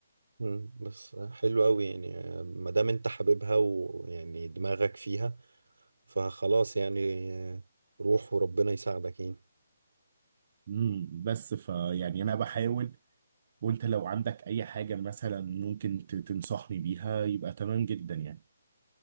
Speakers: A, on the right; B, on the right.
A: مم، بس حلو أوي يعني آه، ما دام أنت حاببها ويعني دماغك فيها فخلاص يعني آه، روح وربنا يساعدك يعني
B: امم بس فيعني انا بحاول وانت لو عندك اي حاجة مثلا ممكن ت- تنصحني بيها يبقى تمام جدا يعني